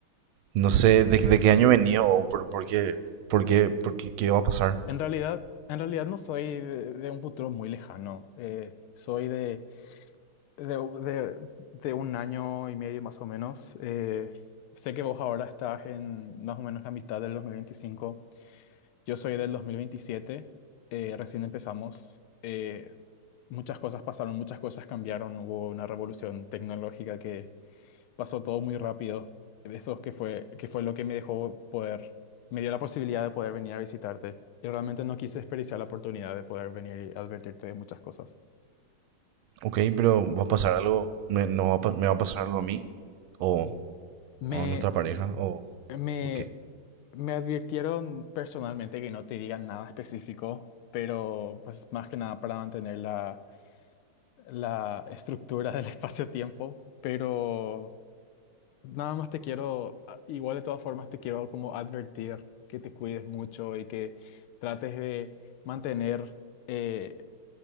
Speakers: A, on the right; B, on the left.
A: No sé de, de qué año venía o por, por qué, por qué, por qué, qué va a pasar.
B: En realidad, en realidad no soy de, de un futuro muy lejano. eh, soy de, de, de- de un año y medio más o menos. eh, sé que vos ahora estás en más o menos la mitad del 2025. Yo soy del 2027. eh, recién empezamos. eh, muchas cosas pasaron, muchas cosas cambiaron. Hubo una revolución tecnológica que pasó todo muy rápido. Eso que fue, que fue lo que me dejó poder, me dio la posibilidad de poder venir a visitarte. Y realmente no quise desperdiciar la oportunidad de poder venir y advertirte de muchas cosas.
A: Ok, pero va a pasar algo, me, no va a pa- me va a pasar algo a mí o
B: Me,
A: a nuestra pareja o,
B: me,
A: o qué.
B: me advirtieron personalmente que no te digan nada específico, pero pues más que nada para mantener la, la estructura del <laughs> espacio-tiempo. Pero Nada más te quiero, a- igual de todas formas te quiero como advertir que te cuides mucho y que trates de mantener eh,